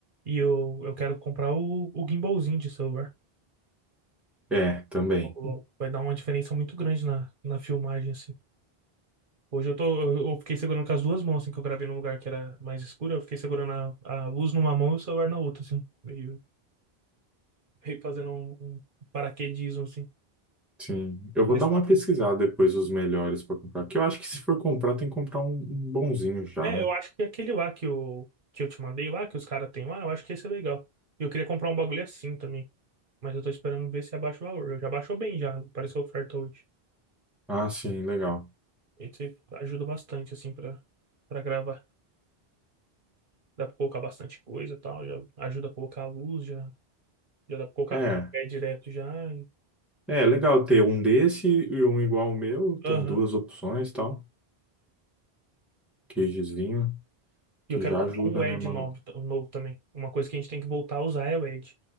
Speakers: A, on the right (about 55°); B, in the centre.
A: E eu, eu quero comprar o, o gimbalzinho de celular.
B: É, também.
A: Logo, logo. Vai dar uma diferença muito grande na, na filmagem, assim. Hoje eu tô. Eu, eu fiquei segurando com as duas mãos, assim, que eu gravei num lugar que era mais escuro. Eu fiquei segurando a, a luz numa mão e o celular na outra, assim. Meio, meio fazendo um, um paraquedismo, assim.
B: Sim, eu vou
A: Mas
B: dar uma pesquisada depois os melhores para comprar. Que eu acho que se for comprar, tem que comprar um, um bonzinho já,
A: É,
B: né?
A: eu acho que é aquele lá que eu, que eu te mandei lá, que os caras têm lá, eu acho que esse é legal. E eu queria comprar um bagulho assim também. Mas eu tô esperando ver se abaixa o valor. Já baixou bem, já. Apareceu oferta hoje.
B: Ah, sim, legal.
A: Esse ajuda bastante, assim, pra, pra gravar. Dá pra colocar bastante coisa e tal. Já ajuda a colocar a luz, já, já dá pra colocar
B: É,
A: no tripé direto já. E,
B: é legal ter um desse e um igual ao meu.
A: Aham.
B: Tem duas opções, e tal. Queijezinho, que
A: E eu quero
B: já
A: comprar
B: ajuda,
A: um LED
B: né, mano?
A: novo, um novo também. Uma coisa que a gente tem que voltar a usar é LED.